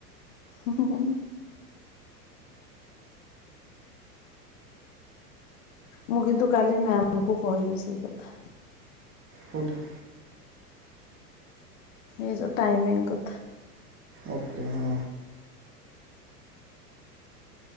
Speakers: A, on the left; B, on the right.
A: ହୁଁ-ହୁଁ-ହୁଁ। ମୁଁ କିନ୍ତୁ କାଲି ମ୍ୟାମ୍ ଙ୍କୁ କହିବି ସେଇ କଥା।
B: କୋଉଟା?
A: ଏଇ ଯୋଉ ଟାଇମିଂ କଥା।
B: ଓକେ ହଁ।